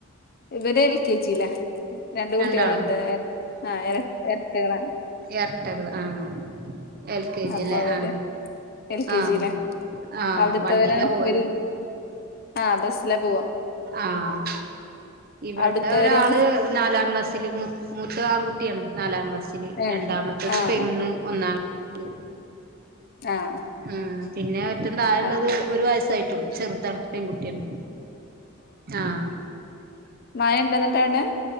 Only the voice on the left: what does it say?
ഇവര് എൽ കെ ജില, രണ്ട് കുട്ടികളുണ്ട്
ആ എരട്ടുകളാണ്.
അപ്പൊ
അവര്
എൽ കെ
ജിയിലാ
അവിടുത്തവരോ
വൽ ആഹ്, ബസ്സില പോവ.
അവിടുത്തവരോ
ഏഹ്
ആഹ്
ആഹ്,
ആഹ്
മഴ ഇണ്ടോ എന്നിട്ട് അവിടെ